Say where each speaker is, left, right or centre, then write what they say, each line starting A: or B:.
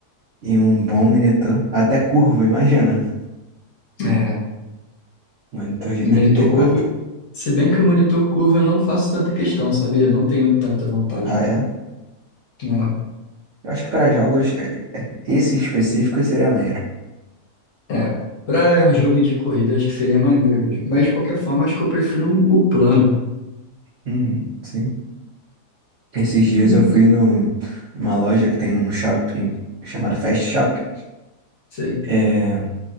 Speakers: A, on the right; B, on the left.
A: e um bom monitor. Até curvo, imagina.
B: É,
A: Monitor de
B: No monitor
A: trinta e quatro
B: curvo, se bem que o monitor curvo eu não faço tanta questão, sabia? Eu não tenho tanta vontade.
A: Ah, é?
B: né?
A: Eu acho que para jogos, esse específico seria maneiro.
B: É, para o
A: Uhum,
B: jogo de corrida acho que seria maneiro mesmo. Mas de qualquer forma, acho que eu prefiro um, o plano.
A: Uhum, sim. Esses dias
B: Hum,
A: eu fui no, numa loja que tem num shopping chamado Fast Shop.
B: Sei.
A: É,